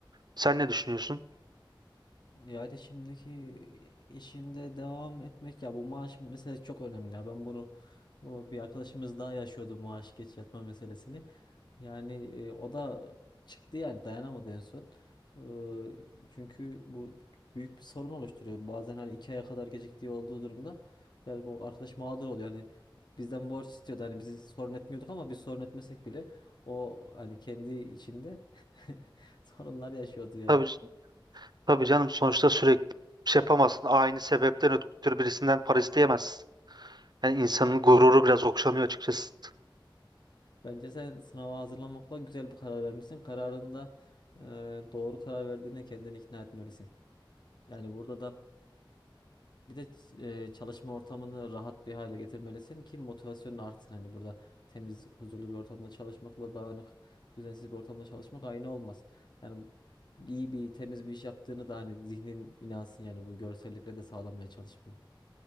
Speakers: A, on the right (about 55°); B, on the left (about 55°).
A: Sen ne düşünüyorsun?
B: Yani şimdiki işinde devam etmek ya bu maaş meselesi çok önemli ya ben bunu bu bir arkadaşımız daha yaşıyordu maaş geç yatma meselesini yani e, o da çıktı yani dayanamadı en son Ee, çünkü bu büyük bir sorun oluşturuyor bazen hani iki aya kadar geciktiği olduğu durumda yani bu arkadaş mağdur oluyor yani bizden borç istiyordu hani bizi sorun etmiyorduk ama biz sorun etmesek bile o hani kendi içinde <laughs> sorunlar yaşıyordu yani.
A: Tabii, tabii canım sonuçta sürekli bir şey yapamazsın. Aynı sebepten ötürü birisinden para isteyemezsin. Yani insanın gururu biraz okşanıyor açıkçası.
B: Bence sen sınava hazırlanmakla güzel bir karar vermişsin. Kararında e, doğru karar verdiğine kendini ikna etmelisin. Yani burada da bir de ç- e, çalışma ortamını rahat bir hale getirmelisin ki motivasyonun artsın. Hani burada temiz, huzurlu bir ortamda çalışmakla dağınık, düzensiz bir ortamda çalışmak aynı olmaz. Yani iyi bir, temiz bir iş yaptığını da hani zihnin inansın yani bu görsellikle de sağlamaya çalış bunu.